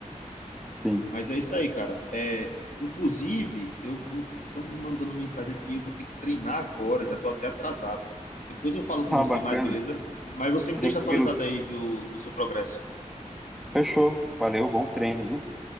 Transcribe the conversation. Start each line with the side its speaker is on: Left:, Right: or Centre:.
Centre: sim.
Left: Mas é isso aí, cara. É, inclusive, eu vou. Estão me mandando mensagem aqui, eu vou ter que treinar agora, já tô até atrasado. Depois eu falo com
Centre: Ah,
Left: você
Centre: bacana.
Left: mais, beleza? Mas você
Centre: Tranquilo.
Left: me deixa atualizado aí do, do seu progresso.
Centre: Fechou. Valeu, bom treino, viu?